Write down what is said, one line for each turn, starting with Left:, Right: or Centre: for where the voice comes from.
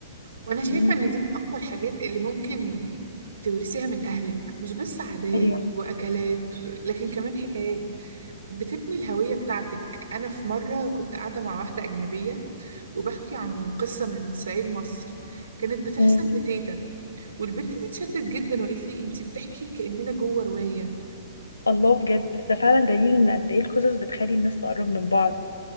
Right: وأنا شايفة
Left: مم.
Right: إن دي من أقوى الحاجات اللي ممكن تورثيها من أهلك مش بس عادات
Left: ايوه
Right: وأكلات لكن كمان حكايات بتبني الهوية بتاعتك أنا في مرة كنت قاعدة مع واحدة أجنبية وبحكي عن قصة من صعيد مصر كانت بتحصل
Left: مم.
Right: لتيتا والبنت دي اتشدت جدا وقالت لي انتي بتحكي كأننا جوه رواية
Left: الله بجد ده فعلا دليل ان قد ايه القصص بتخلي الناس تقرب من بعض